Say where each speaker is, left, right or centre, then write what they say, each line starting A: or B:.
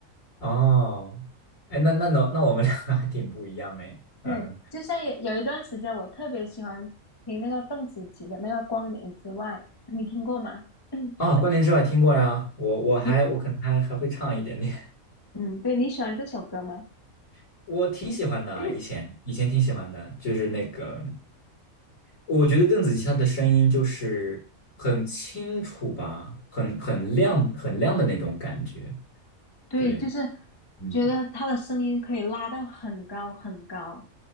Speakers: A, on the left; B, on the left.
A: 哦，哎，那那那那我们两个 <laughs> 还挺不一样的耶嗯，
B: 对，就像有有一段时间，我特别喜欢听那个邓紫棋的那个《光年之外》，你听过吗？<coughs> <clears throat>
A: 哦，关联之外听过呀，我我还我可能还还会唱一点点，
B: 你嗯，对，你喜欢这首歌吗？
A: <laughs> 我挺喜欢的啊，
B: <coughs>
A: 以前以前挺喜欢的，就是那个，我觉得邓紫棋她的声音就是很清楚吧，很很亮很亮的那种感觉，
B: <clears throat> 对，
A: 对。
B: 就是
A: 嗯。
B: 觉得他的声音可以拉到很高很高，